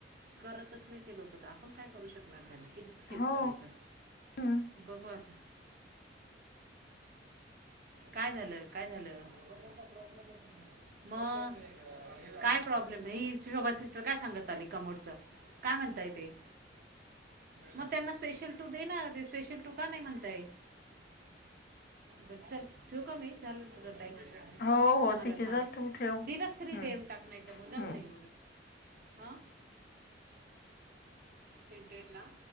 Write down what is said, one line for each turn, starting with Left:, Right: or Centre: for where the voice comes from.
Right: करतच नाही ते लोक तर आपण काय करू शकणार त्यांना किती फेस
Left: हो
Right: करायचां
Left: हम्म
Right: बघू आता. काय झालं काय झालं प्रॉब्लेमच नाही मग काय प्रॉब्लेम आहे ही शोबा सिस्टर काय सांगत आली कमोडचं? काय म्हणताय ते मग त्यांना स्पेशल टू देना. स्पेशल टुका नाही म्हणताय. बर चल ठेऊ का मी झालं तुझ टाईम.
Left: हो हो
Right: हॅलो
Left: ठीक आहे
Right: हा
Left: चल तू ठेव हम्म
Right: दिलक श्री देम टाक नाहीत मु जााऊ
Left: हम्म
Right: दे. हां सीटेड ना.